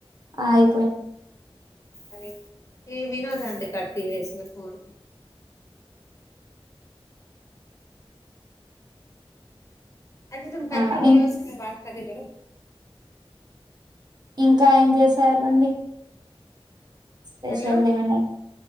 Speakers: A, on the right; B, on the left.
A: ఆయ్
B: అ ఏ వినోదంట కట్టు చేసి పోన్ అదే తుమ్ కర్క్
A: ఆ
B: బోలో
A: ఇం
B: సే బాత్ కరే బోలో
A: ఇంకా ఏం చేసారు అండి. స్పెషల్
B: హలో
A: ఏమనా